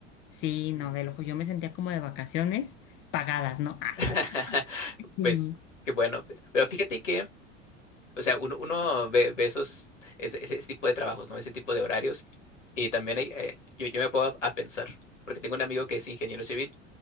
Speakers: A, on the left; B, on the left.
A: Sí, no,
B: Mm.
A: de lujo. Yo me sentía como de vacaciones pagadas, ¿no? Ay,
B: <laughs>
A: <laughs> sí,
B: Pues qué bueno. Pero fíjate que O sea, uno, uno ve, ve esos, ese, ese- ese tipo de trabajos, ¿no? Ese tipo de horarios. Y también hay, eh, yo, yo me puedo a, a pensar, porque tengo un amigo que es ingeniero civil,